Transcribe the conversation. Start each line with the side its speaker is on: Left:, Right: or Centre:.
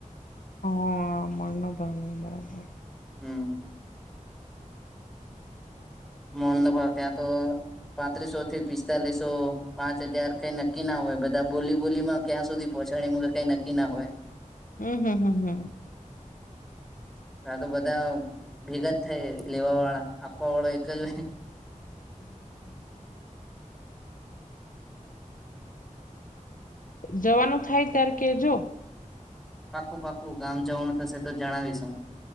Left: હા મણનો બરાબર બરાબર
Centre: હું.
Left: હું.
Centre: મન ધો પત્યા તો પાંત્રીસો થી પિસ્તાલીસો પાંચ હજાર કંઈ નક્કી ના હોય બધા બોલી બોલીમાં ક્યાં સુધી પહોંચાડી મુકી કઈ નક્કી ના હોય.
Left: હું, હું, હું, હું.
Centre: હા તો બધા ભેગા જ થાય લેવા વાળા આપવા વાળા એક જ હોય
Left: <unintelligible> જવાનું થાય ત્યારે કે જો
Centre: પાકું પાકું ગામ જવાનું થશે તો જણાવીશું